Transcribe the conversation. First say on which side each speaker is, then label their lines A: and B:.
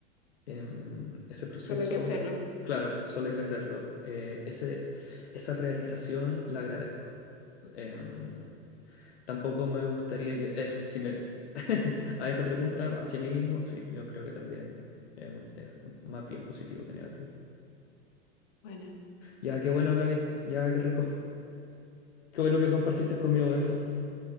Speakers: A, on the left; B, on the left.
A: em, ese proceso,
B: Solo hay que hacerlo.
A: claro, solo hay que hacerlo. Eh, ese, esa realización la agradezco. Em, tampoco me gustaría, yo- eso, si me <laughs> a esa pregunta hacia mí mismo, sí, yo creo que también em, es más bien positivo que negativo.
B: Bueno,
A: Ya, qué bueno, Gaby, ya, qué rico. Qué bueno que compartiste conmigo eso.